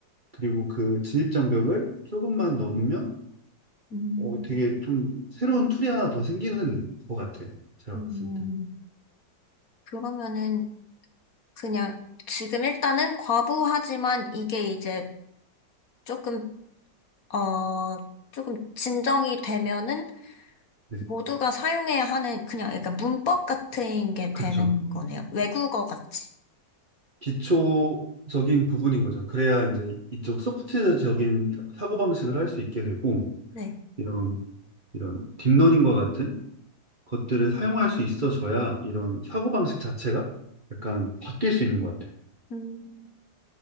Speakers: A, on the right; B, on the left.
A: 그리고 그 진입장벽을 조금만 넘으면
B: 음,
A: 어, 되게 좀 새로운 툴이 하나 더 생기는 것 같아요. 제가
B: 음,
A: 봤을 때.
B: 그러면은 그냥 지금 일단은 과부하지만 이게 이제 조금, 어, 조금 진정이 되면은
A: 네,
B: 모두가 사용해야 하는 그냥 약간 문법 같은 게
A: 그쵸.
B: 되는 거네요. 외국어 같이.
A: 기초적인 부분인 거죠. 그래야 이제 이쪽 소프트적인 사고방식을 할 수 있게 되고,
B: 네.
A: 이런, 이런 딥러닝과 같은 것들을 사용할 수 있어져야 이런 사고방식 자체가 약간 바뀔 수 있는 것 같아요.
B: 음.